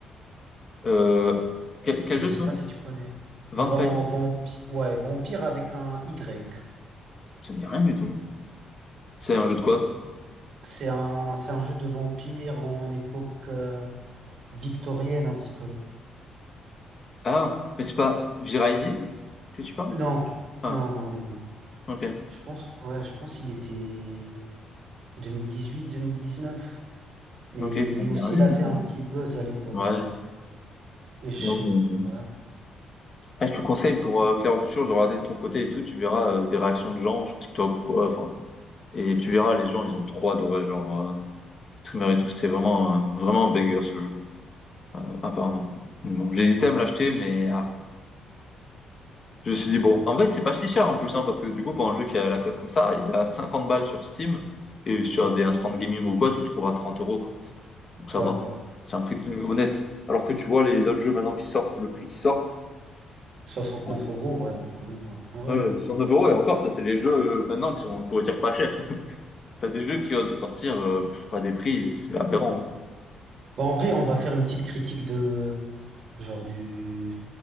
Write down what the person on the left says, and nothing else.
Euh, quel, quel
jeu
tu m'as
dit?
Vampire?
Ça ne dit rien du tout. C'est un jeu de quoi?
Ah, mais c'est pas V-Rising que tu parles?
Ah,
ok.
Ok,
ça me dit
rien.
du
coup.
Ouais.
non,
mais-
Ah, je te conseille pour euh, faire autre chose de regarder de ton côté et tout, tu verras euh, des réactions de gens sur TikTok ou quoi. Enfin, et tu verras, les gens, ils ont trop adoré, genre, euh, streamer et tout. C'était vraiment, euh, vraiment un banger ce jeu, euh, apparemment. Donc Bon, j'hésitais à me l'acheter, mais ah, je me suis dit, bon, en vrai, c'est pas si cher en plus, hein, parce que du coup, pour un jeu qui est à la coste comme ça, il a 50 balles sur Steam et sur des instant gaming ou quoi, tu le trouves à 30 euros, quoi. Donc ça
va.
C'est un prix plus honnête. Alors que tu vois les autres jeux maintenant qui sortent, le prix qui sortent,
bon,
euh,
sur 9 euros, et encore, ça, c'est les jeux euh, maintenant qui sont, on pourrait dire, pas chers. T'as des jeux qui osent sortir euh, pff, à des prix, c'est aberrant.